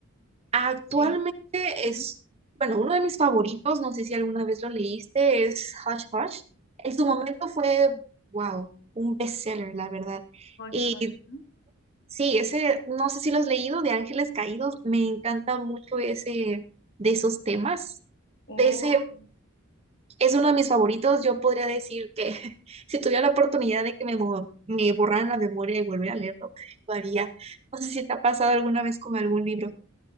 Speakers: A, on the right; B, on the left.
A: Actualmente
B: Sí. ujú.
A: es, bueno, uno de mis favoritos, no sé si alguna vez lo leíste, es Hush Hush. En su momento fue, wow, un bestseller, la verdad.
B: Hush,
A: Y
B: hush. ujú.
A: sí, ese, no sé si lo has leído, de Ángeles Caídos, me encanta mucho ese, de esos temas.
B: Oh,
A: De ese,
B: ok.
A: es uno de mis favoritos, yo podría decir que <laughs> si tuviera la oportunidad de que me, bo- me borraran la memoria y volver a leerlo, <laughs> lo haría. No sé si te ha pasado alguna vez con algún libro.